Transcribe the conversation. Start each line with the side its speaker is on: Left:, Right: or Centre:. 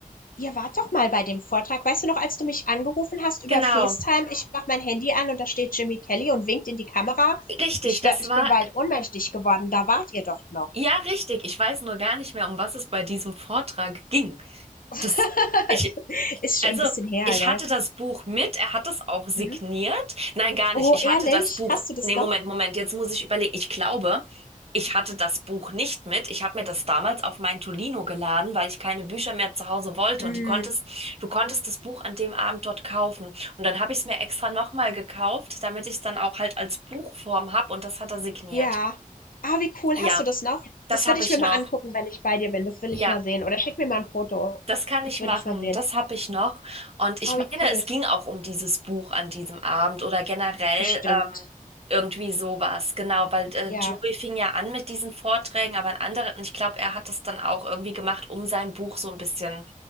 Left: Ihr wart doch mal bei dem Vortrag. Weißt du noch, als du mich angerufen hast über
Right: Genau,
Left: FaceTime? Ich mach mein Handy an und da steht Jimmy Kelly und winkt in die Kamera.
Right: richtig.
Left: Ich, wär,
Right: Das
Left: ich
Right: war,
Left: bin bald ohnmächtig geworden. Da wart ihr doch noch.
Right: ja, richtig. Ich weiß nur gar nicht mehr, um was es bei diesem Vortrag ging.
Left: <laughs>
Right: Das, ich
Left: Ist schon
Right: Also,
Left: ein bisschen her,
Right: ich
Left: gell?
Right: hatte das Buch mit, er hat es auch signiert.
Left: Mhm.
Right: Nein, gar nicht.
Left: Oh,
Right: Ich
Left: ehrlich?
Right: hatte das Buch.
Left: Hast du das
Right: Nee,
Left: noch?
Right: Moment, Moment, jetzt muss ich überlegen. Ich glaube, ich hatte das Buch nicht mit. Ich habe mir das damals auf mein Tolino geladen, weil ich keine Bücher mehr zu Hause wollte.
Left: Mm,
Right: Und die konntest, du konntest das Buch an dem Abend dort kaufen. Und dann habe ich es mir extra nochmal gekauft, damit ich es dann auch halt als Buchform habe. Und das hat er signiert.
Left: ja. Ah, wie cool.
Right: Ja,
Left: Hast du das noch?
Right: das
Left: Das
Right: habe
Left: würde ich
Right: ich
Left: mir
Right: noch.
Left: mal angucken, wenn ich bei dir bin. Das will
Right: Ja.
Left: ich mal sehen. Oder schick mir mal ein Foto.
Right: Das kann
Left: Das
Right: ich
Left: will
Right: machen,
Left: ich mal sehen.
Right: das habe ich noch. Und ich
Left: Ah,
Right: meine,
Left: wie cool.
Right: es ging auch um dieses Buch an diesem Abend oder generell
Left: Bestimmt.
Right: ähm, irgendwie sowas. Genau, weil äh,
Left: Ja,
Right: Joey fing ja an mit diesen Vorträgen, aber ein anderer, und ich glaube, er hat das dann auch irgendwie gemacht, um sein Buch so ein bisschen